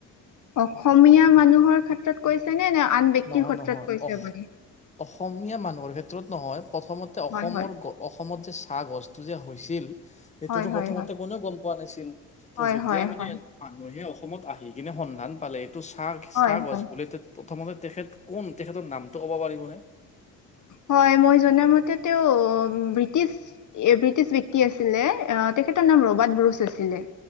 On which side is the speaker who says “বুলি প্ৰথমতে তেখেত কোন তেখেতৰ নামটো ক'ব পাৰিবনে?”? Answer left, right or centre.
Left